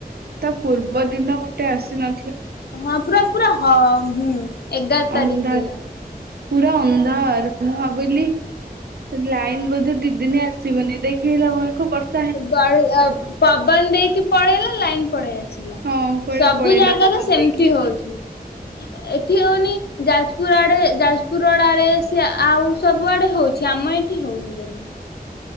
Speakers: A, on the right; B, on the left.
A: ତା ପୂର୍ବ ଦିନ ଗୋଟେ ଆସିନ
B: ହଁ ପୁରା ପୁରା ହଁ ହୁଁ ଏଗାର ତାରିଖ
A: ଅନ୍ଧାର
B: ଦିନ।
A: ପୁରା ଅନ୍ଧାର ମୁଁ ଭାବିଲି ଲାଇନ ବୋଧେ ଦିଦିନି ଆସ ଆସିବନି ଦେଖେଇଲା ବରସ୍
B: ବ ପବନ ଦେଇକି ପଳେଇଲା ଲାଇନ ପଳେଇ ଆସେ।
A: ହଁ କୁଆଡେ
B: ସବୁ
A: ପଳେଇଲା
B: ଜାଗାରେ
A: ପବନ
B: ସେମିତି
A: ଦେଇକି
B: ହଉଛି। ଏଠି ହଉନି ଯାଜପୁର ଆଡେ ଯାଜପୁର ରଡ ଆଡେ ସେ ଆଉ ସବୁ ଆଡେ ହଉଛି। ଆମ ଏଠି ହଉନି ଜମା।